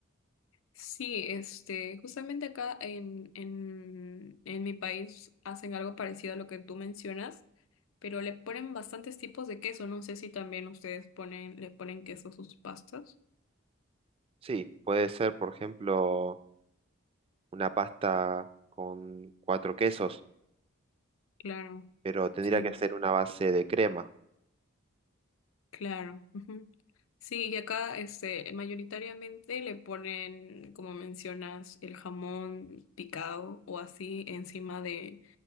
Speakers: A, on the left; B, on the right.
A: Sí, este, justamente acá en, en, en mi país hacen algo parecido a lo que tú mencionas, pero le ponen bastantes tipos de queso. No sé si también ustedes ponen, le ponen queso a sus pastas.
B: Sí, puede ser, por ejemplo. una pasta con cuatro quesos,
A: Claro.
B: pero tendría
A: sí
B: que hacer una base de crema.
A: Claro. ujú. Sí, y acá este, mayoritariamente le ponen, como mencionas, el jamón picado o así encima de,